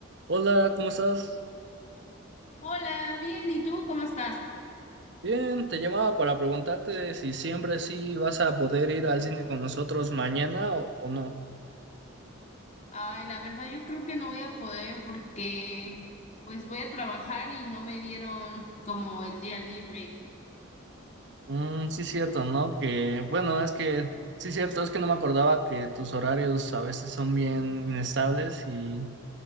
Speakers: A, on the right (about 55°); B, on the left (about 35°).
A: Hola, ¿cómo estás?
B: Hola, bien, ¿y tú cómo estás?
A: Bien, te llamaba para preguntarte si siempre sí vas a poder ir al cine con nosotros mañana o, o no.
B: Ay, la verdad yo creo que no voy a poder porque pues voy a trabajar y no me dieron como el día libre.
A: Mm, sí, cierto, ¿no? Que bueno, es que sí, cierto, es que no me acordaba que tus horarios a veces son bien inestables y,